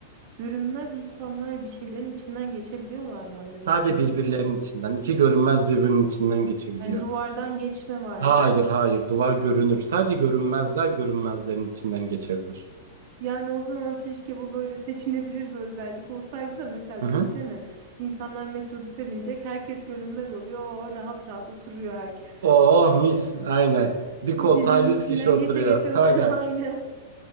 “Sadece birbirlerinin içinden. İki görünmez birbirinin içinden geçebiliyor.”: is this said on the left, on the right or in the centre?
Right